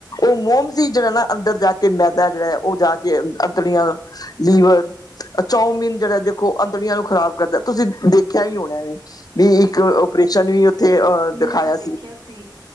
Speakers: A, on the left; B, on the right.
A: ਓ ਮੋਮਸ ਈ ਜੇੜਾ ਨਾ ਅੰਦਰ ਜਾ ਕੇ ਮੈਦਾ ਜੇੜਾ ਐ ਓ ਜਾ ਕੇ ਆ ਤੜੀਆਂ, ਲੀਵਰ ਅ ਚਾਊਮੀਨ ਜੇੜਾ ਦੇਖੋ ਅੰਤੜੀਆਂ ਨੂੰ ਖਰਾਬ ਕਰਦੈ। ਤੁਸੀਂ ਦੇਖੇਆ ਵੀ ਹੋਣਾ ਵੇ, ਵੀ ਇੱਕ ਓਪਰੇਸ਼ਨ ਵੀ ਉੱਥੇ ਅਹ
B: ਮੈਂ
A: ਦਿਖਾਇਆ
B: ਦੇਖੇਆ ਸੀ